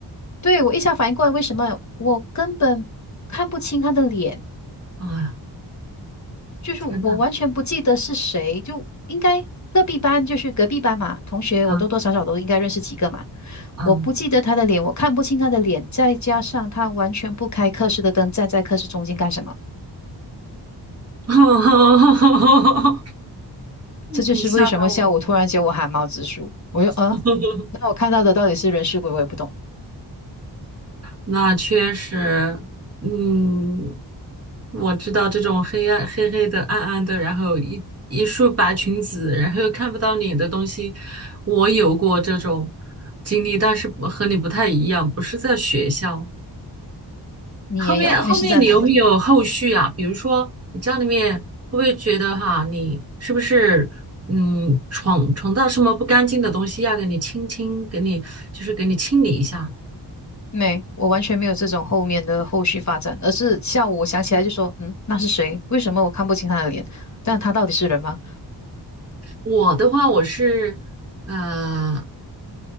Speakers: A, on the left (about 40°); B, on the right (about 35°).
A: 对，我一下反应过来，为什么我根本看不清他的脸？
B: 啊，
A: 就是我完全不记得是谁，
B: 天呐，
A: 就应该隔壁班，就是隔壁班嘛，同学我多多少少都应该认识几个嘛。
B: 啊啊！
A: 我不记得他的脸，我看不清他的脸，再加上他完全不开课室的灯，站在课室中间干什么？
B: <laughs>
A: 这就是为什么下午突然间我汗毛直竖。
B: 你吓到我了。
A: 我就呃，
B: <laughs>
A: 那我看到的到底是人是鬼，我也不懂。
B: 那确实，嗯，我知道这种黑暗、黑黑的、暗暗的，然后一一束白裙子，然后又看不到脸的东西，我有过这种经历，但是不和你不太一样，不是在学校。
A: 你也有，
B: 后面后面你有没有后续啊？
A: 你是在哪里？
B: 比如说你家里面会不会觉得哈，你是不是嗯闯闯到什么不干净的东西，要给你清清，给你就是给你清理一下？
A: 没，我完全没有这种后面的后续发展，而是下午我想起来就说，嗯，那是谁？为什么我看不清他的脸？但他到底是人吗？
B: 我的话，我是，呃，